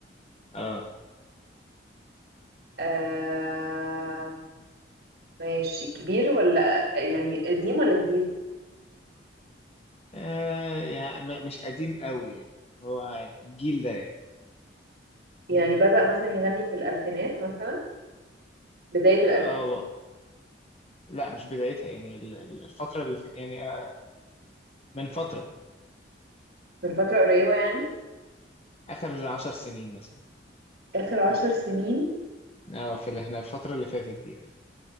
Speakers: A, on the left (about 35°); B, on the right (about 65°).
A: اه,
B: آه ماشي كبير ولا يعني قديم ولا جديد
A: آه يعني م- مش قديم قوي يعني هو عادي الجيل ده يعني
B: يعني بدأ مثلا يغني في الألفينات مثلا بداية الألفينات
A: اه لا مش بدايتها يعني ال- ال- الفترة اللي ف... يعني آه، من فترة
B: من فترة قريبة يعني
A: آخر عشر سنين مثلا
B: آخر عشر سنين
A: اه في اللي احنا الفترة اللي فاتت دي يعني